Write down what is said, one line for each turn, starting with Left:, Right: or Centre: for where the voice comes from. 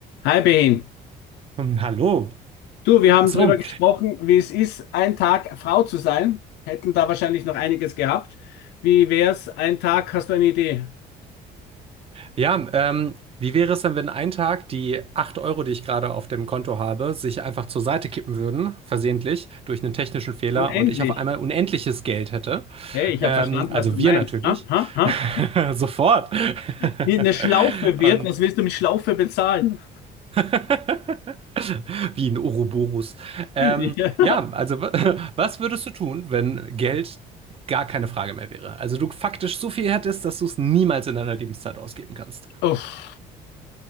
Left: Hi Behin.
Right: Hm, Hallo.
Left: Du, wir haben
Right: So,
Left: drüber gesprochen, wie es ist, ein Tag Frau zu sein. Hätten da wahrscheinlich noch einiges gehabt. Wie wär's, ein Tag, hast du eine Idee?
Right: ja, ähm, wie wäre es denn, wenn ein Tag die 8 Euro, die ich gerade auf dem Konto habe, sich einfach zur Seite kippen würden, versehentlich, durch einen technischen Fehler
Left: Unendlich.
Right: und ich auf einmal unendliches Geld hätte?
Left: Hey, ich
Right: Ähm,
Left: habe verstanden,
Right: also
Left: was du
Right: wir
Left: meinst.
Right: natürlich.
Left: Ha, ha, ha.
Right: <laughs> Sofort.
Left: Wie eine
Right: <laughs>
Left: Schlaufe wird,
Right: Und
Left: was willst du mit Schlaufe bezahlen?
Right: <laughs> Wie ein Ouroboros. Ähm,
Left: <laughs> Ja.
Right: ja, also wa- <laughs> was würdest du tun, wenn Geld gar keine Frage mehr wäre? Also du faktisch so viel hättest, dass du es niemals in deiner Lebenszeit ausgeben kannst.
Left: Uff.